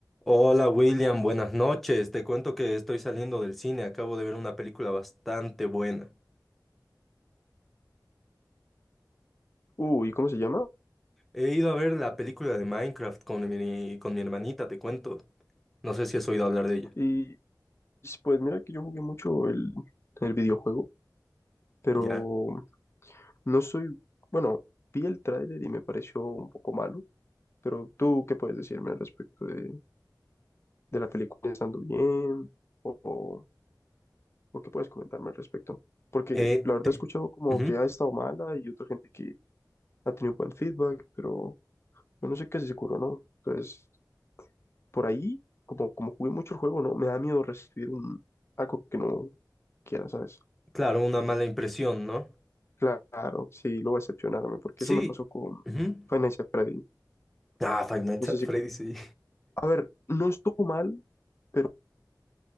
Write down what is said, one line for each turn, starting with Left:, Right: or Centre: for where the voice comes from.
Centre: Hola William, buenas noches. Te cuento que estoy saliendo del cine, acabo de ver una película bastante buena.
Left: Uy, ¿cómo se llama?
Centre: He ido a ver la película de Minecraft con mi, con mi hermanita, te cuento. No sé si has oído hablar de ella.
Left: Y s- pues mira que yo jugué mucho el, el videojuego, pero
Centre: Ya.
Left: no soy, bueno, vi el tráiler y me pareció un poco malo, pero tú, ¿qué puedes decirme al respecto de, de la película estando bien? O, o, o qué puedes comentarme al respecto? Porque
Centre: Eh,
Left: la verdad
Centre: te-
Left: he escuchado como
Centre: Ujú.
Left: que ha estado mala y otra gente que ha tenido buen feedback, pero yo no sé qué es seguro, ¿no? Entonces, por ahí, como, como jugué mucho el juego, ¿no? Me da miedo recibir un, algo que no quiera, ¿sabes?
Centre: Claro, una mala impresión, ¿no?
Left: Claro, sí, lo voy a excepcionarme, porque
Centre: Sí.
Left: eso me pasó con
Centre: Ujú.
Left: Five Nights at Freddy.
Centre: Ah, Five Nights
Left: No
Centre: at
Left: sé
Centre: Freddy's,
Left: si...
Centre: sí.
Left: A ver, no estuvo mal, pero